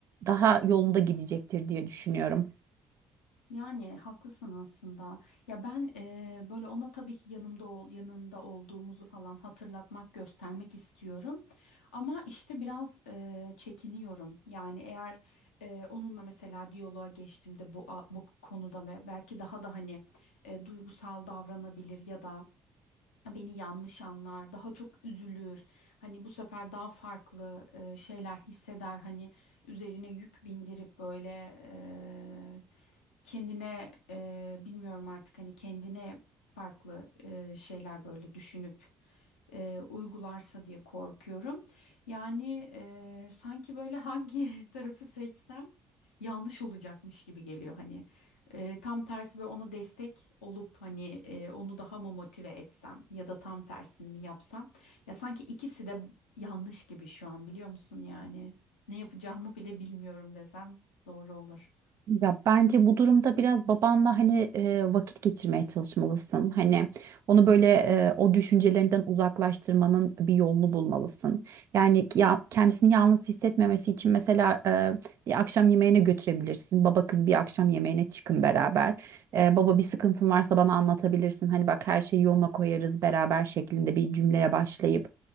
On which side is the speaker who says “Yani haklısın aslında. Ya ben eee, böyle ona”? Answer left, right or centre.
Left